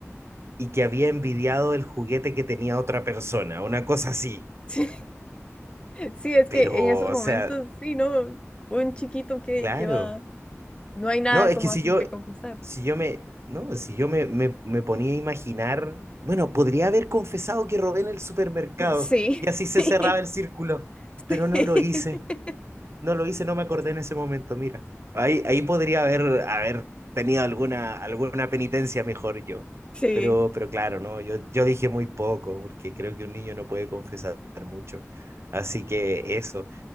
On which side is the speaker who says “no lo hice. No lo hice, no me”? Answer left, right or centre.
Right